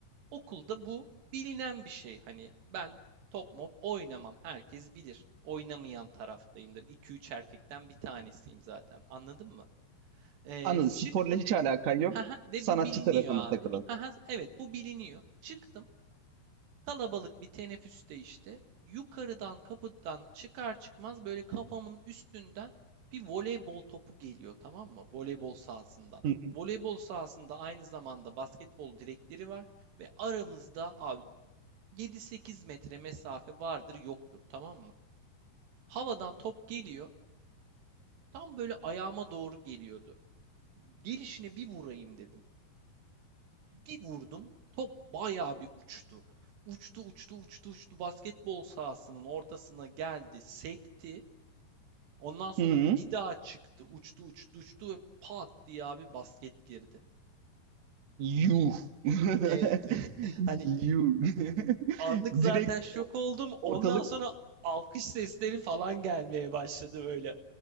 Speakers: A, on the right; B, on the right.
A: okulda bu bilinen bir şey. Hani ben top mop oynamam. Herkes bilir. Oynamayan taraftayımdır. iki üç erkekten bir tanesiyim zaten. Anladın mı? Ee,
B: Anladım.
A: çıktım
B: Sporla hiç alakan yok.
A: Hı Ve
B: Sanatçı
A: bu biliniyor
B: tarafında
A: abi.
B: takılalım.
A: Hı evet bu biliniyor. Çıktım. Kalabalık bir teneffüste işte. Yukarıdan kapıdan çıkar çıkmaz böyle kafamın üstünden bir voleybol topu geliyor tamam mı? Voleybol sahasından.
B: Hı hı.
A: Voleybol sahasında aynı zamanda basketbol direkleri var ve aramızda abi 7-8 metre mesafe vardır yoktur tamam mı? Havadan top geliyor. Tam böyle ayağıma doğru geliyordu. Gelişine bir vurayım dedim. Bir vurdum, top bayağı bir uçtu. Uçtu, uçtu, uçtu, uçtu. Basketbol sahasının ortasına geldi, sekti. Ondan sonra
B: Hı hı.
A: bir daha çıktı, uçtu, uçtu, uçtu ve pat diye abi basket girdi.
B: Yuh. <laughs>
A: Evet.
B: Yuh.
A: <laughs> Hani
B: <laughs>
A: Anlık zaten
B: Direkt
A: şok
B: o-
A: oldum.
B: ortalık
A: Ondan sonra alkış sesleri falan gelmeye başladı böyle